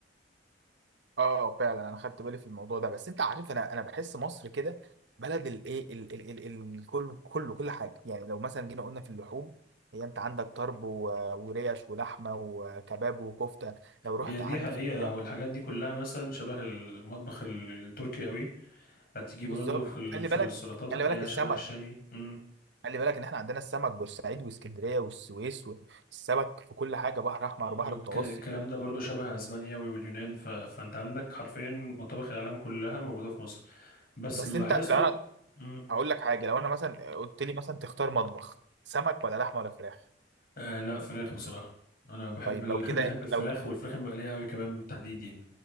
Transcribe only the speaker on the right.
اه فعلا انا خدت بالي في الموضوع ده بس انت عارف انا انا بحس مصر كده بلد الايه ال- ال- ال- الكل كله كل كل حاجه يعني لو مثلا جينا قلنا في اللحوم هي انت عندك طرب و- وريش ولحمه وكباب وكفته لو رحت
عند
في الفراخ
بالظبط
خلي
بالك
خلي
بالك السمك
خلي بالك ان احنا عندنا السمك بورسعيد واسكندريه والسويس والسمك في كل حاجه بحر احمر
وبحر متوسط
بس
انت
لو انا
اقول لك حاجه لو انا مثلا قلت لي مثلا تختار مطبخ سمك ولا لحمه ولا فراخ
طيب
لو كده
لو